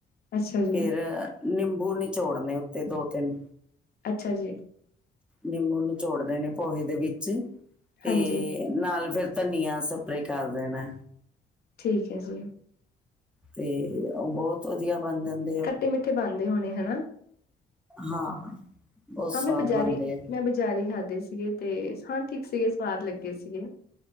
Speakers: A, on the left; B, in the centre.
A: ਅੱਛਾ ਜੀ,
B: ਫੇਰ ਨਿੰਬੂ ਨੀਚੋੜਨੇ ਉੱਤੇ ਦੋ ਤਿੰਨ
A: ਅੱਛਾ ਜੀ
B: ਨਿੰਬੁ ਨੂੰ ਨੀਚੋੜ ਦੇਨੇ ਪੋਹੇ ਦੇ ਵਿੱਚ ਤੇ
A: ਹਾਂਜੀ,
B: ਨਾਲ ਫੇਰ ਧਨੀਆ ਸਪ੍ਰੇ ਕਰਦੇਣੇ
A: ਠੀਕ ਹੈ ਜੀ
B: ਤੇ ਉਹ ਬਹੁਤ ਵਧੀਆ ਬਣਦੇ
A: ਖੱਟੇ ਮਿੱਠੇ ਬਣਦੇ ਹੋਣੇ ਹੈਨਾ
B: ਹਾਂ ਬਹੁਤ
A: ਹਾਂ
B: ਸਵਾਦ
A: ਮੈਂ ਬਜ਼ਾਰੀ
B: ਬਣਦੇ ਆ।
A: ਮੈਂ ਬਜ਼ਾਰੀ ਖਾਧੇ ਸੀਗੇ ਤੇ ਹਾਂ ਠੀਕ ਸੀਗੇ ਸਵਾਦ ਲੱਗੇ ਸੀਗੇ